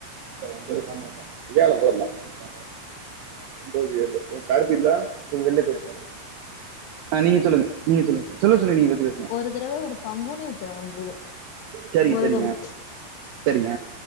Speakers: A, on the right; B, on the left.
A: உங்க வந்து வியாழக்கிழமை போல்லலாம் எனக்கு வந்துேன் ஒன்பது ஏழு என் கார்த்தி இருந்தா வெல்லே பேயிப்பாரு ஆ நீங்க சொல்லுங்க நீங்க சொல்லுங்க சொல்லங்க சொல்லுங்க நீங்க பத்தி பே
B: ஒரு தறவ ஒரு பங்குனி உத்தர வந்தது
A: சரிங்க
B: முருகன்க்கு
A: சரிங்க சரிங்க